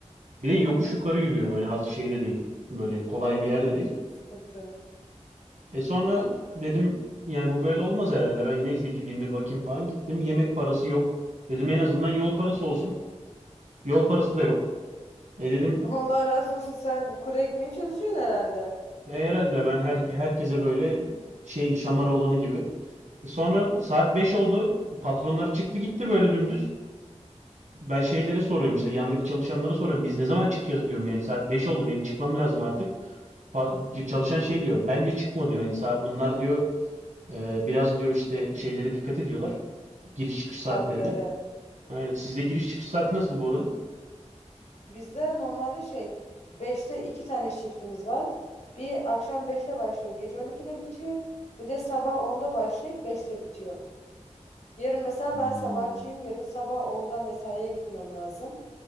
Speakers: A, on the right; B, on the left.
A: Bir de yokuş
B: Hı hı.
A: yukarı yürüyorum. Hani az şeyde değil. Böyle kolay
B: Oy
A: bir yerde değil.
B: çok sıkıntı.
A: E sonra dedim yani bu böyle olmaz herhalde. Ben neyse gideyim bir bakayım falan gittim. Yemek parası yok. Dedim en azından yol parası olsun. Yol parası da yok. E dedim
B: Allah razı olsun sen kuru ekmeye çalışıyorsun herhalde
A: e herhalde ben her herkese böyle şey şamara olanı gibi. E sonra saat 5 oldu. Patronlar çıktı gitti böyle dümdüz. Ben şeylere soruyorum işte yandaki çalışanlara soruyorum. Biz ne zaman çıkacağız diyorum yani saat 5 oldu benim çıkmam lazım artık. Pa- çalışan şey diyor. Bence çıkma diyor. Yani sa- bunlar diyor Ee, biraz diyor işte şeylere dikkat ediyorlar. Giriş çıkış saatlerine.
B: saatlere.
A: Aynen. Sizde giriş çıkış saati nasıl bu arada?
B: Bizde normalde şey beşte 2 tane shiftimiz var. Bir akşam beşte başlıyor. Gece 12'de bitiyor. Bir de sabah onda başlayıp beşte bitiyor. Yarın mesela
A: Hmm.
B: ben sabahçıyım. Yarın sabah onda mesaiye gitmem lazım.